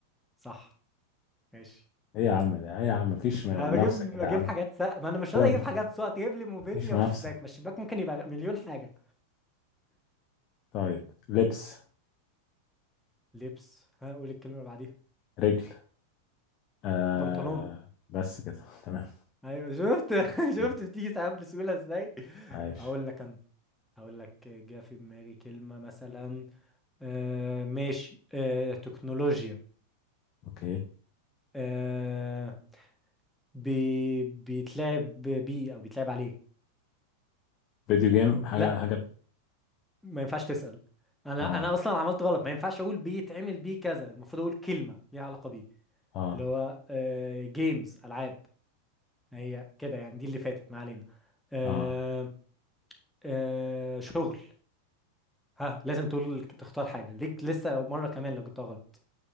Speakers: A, in the centre; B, on the left.
A: صح ماشي
B: ايه يا عم ده ايه يا عم مفيش م-
A: انا
B: منافسه
A: بجيب
B: كده
A: بجيب
B: يا عم
A: حاجات سقف ما انا مش
B: كده
A: راضي اجيب حاجات سقف تجيب لي موبيليا
B: مفيش منافسه
A: وشباك ما الشباك ممكن يبقى مليون حاجه
B: طيب لبس
A: لبس ها قول الكلمه اللي بعديها
B: رجل آه
A: بنطلون
B: بس كده <laughs> تمام
A: ايوه شفت <laughs>
B: مم.
A: شفت بتيجي ساعات بسهوله ازاي
B: عايش
A: هقول لك انا هقول لك جه في دماغي كلمه مثلا آه ماشي آه تكنولوجيا
B: اوكي
A: آه بي بيتلعب بيه او بيتلعب عليه
B: فيديو جيم
A: او
B: حاجه
A: لا
B: حاجه
A: ما ينفعش تسأل انا
B: اه
A: انا اصلا عملت غلط ما ينفعش اقول بيتعمل بيه كذا المفروض اقول كلمة ليها علاقة بيه
B: اه
A: اللي هو جيمز العاب هي كده يعني دي اللي فاتت ما علينا آه
B: اه,
A: آه شغل ها لازم تقول تختار حاجة ليك لسه مرة كمان لو جبتها غلط